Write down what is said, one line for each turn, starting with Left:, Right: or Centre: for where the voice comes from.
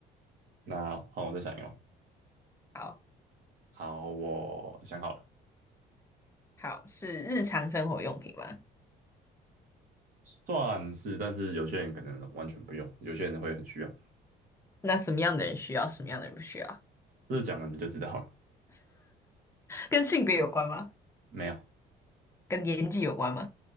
Right: 那换我再想一个。
Left: 好
Right: 好，我想好了，
Left: 好，是日常生活用品吗？
Right: 算是，但是有些人可能完全不用，有些人会很需要。
Left: 那什么样的人需要，什么样的人不需要？
Right: 这讲了你就知道了，
Left: 跟性别有关吗？
Right: 没有，
Left: 跟年纪有关吗？